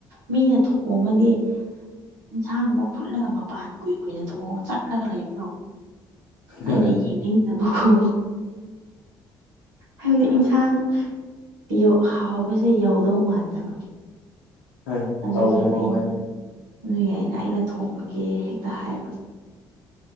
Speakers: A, on the right (about 80°); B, on the left (about 85°).
A: ꯃꯤꯅ ꯊꯣꯡꯉꯗꯤ ꯌꯦꯟꯁꯥꯡ ꯑꯃ ꯐꯨꯠꯂꯒ ꯃꯄꯥꯟ ꯀꯨꯏ ꯀꯨꯏꯅ ꯆꯣꯡ ꯆꯠꯂꯒ ꯂꯩꯕꯗꯣ ꯑꯩꯅ
B: ꯎꯝ
A: ꯌꯦꯡꯅꯤꯡꯗꯕꯀꯣ ꯍꯥꯏꯕꯗꯤ ꯏꯟꯁꯥꯡ ꯄꯤꯌꯣ ꯍꯥꯎꯕꯁꯦ ꯌꯧꯗꯧ ꯃꯥꯟꯗꯕ
B: ꯍꯣꯏ
A: ꯑꯗꯨꯒꯤ
B: ꯇꯧꯕꯅꯦ ꯑꯗꯨꯃꯥꯏꯅ
A: ꯑꯩ ꯑꯗꯨꯒꯤ ꯑꯩꯅ ꯑꯩꯅ ꯊꯣꯡꯕꯒꯤꯦ ꯍꯦꯛꯇ ꯍꯥꯏꯌꯦꯕ